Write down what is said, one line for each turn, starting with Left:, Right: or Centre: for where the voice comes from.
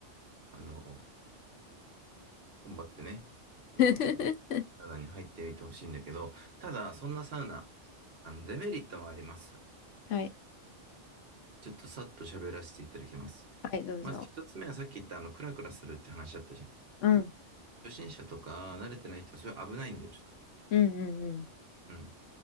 Right: あの、頑張ってね、あの、
Left: <laughs>
Right: サウナに入ってみてほしいんだけど、ただ、そんなサウナ、あの、デメリットもあります。
Left: はい。
Right: ちょっとさっと喋らせていただきます。
Left: はい、どうぞ。
Right: まず一つ目はさっき言ったあの、クラクラするって話だったじゃん。
Left: うん。
Right: 初心者とか慣れてない人はそれ危ないんだよ、ちょっと。
Left: うんうんうん。
Right: うん。